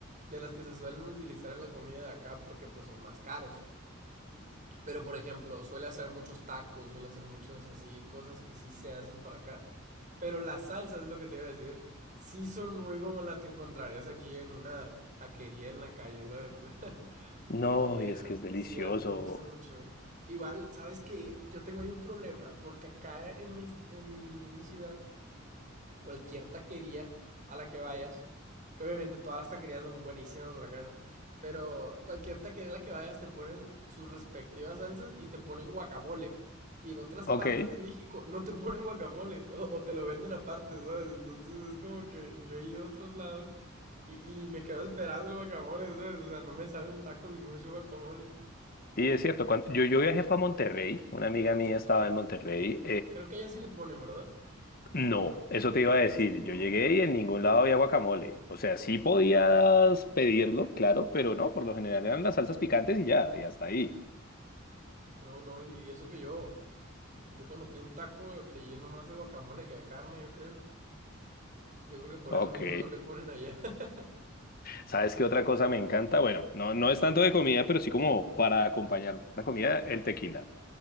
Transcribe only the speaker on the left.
No,
y
es que es delicioso.
Ok,
sí,
es cierto. Cuando, yo, yo viajé fue a Monterrey, una amiga mía
estaba en Monterrey
No, eso te iba a decir.
Yo llegué y en ningún lado había guacamole. O sea, sí podías pedirlo, claro, pero no, por lo general eran las salsas picantes y ya, y hasta ahí.
Ok.
¿Sabes qué otra cosa me encanta? Bueno, no, no es tanto de comida, pero sí como para acompañar la comida, el tequila.